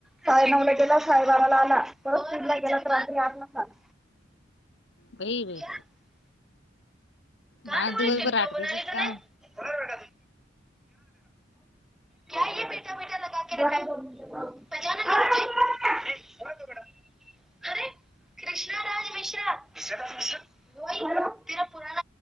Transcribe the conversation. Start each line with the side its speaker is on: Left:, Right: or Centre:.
Centre: साडे नऊला गेला. साडेबाराला आला. परत दीडला गेला ते रात्री आठलाच आला.
Left: काही
Centre: कहाँ
Left: माज
Centre: डबल
Left: दिवसभर
Centre: टिकटॉक
Left: रात्रीचच
Centre: बना ली तूने
Left: काम आहे.
Centre: कलर बेटा तू <unintelligible> हो तिकड. कृष्णा राज मिश्र. ग <unintelligible>